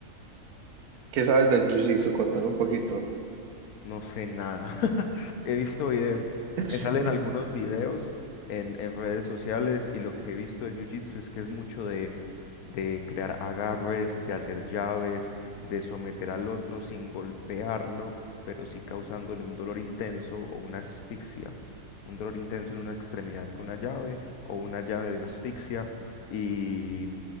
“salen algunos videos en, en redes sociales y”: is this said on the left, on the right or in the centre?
Left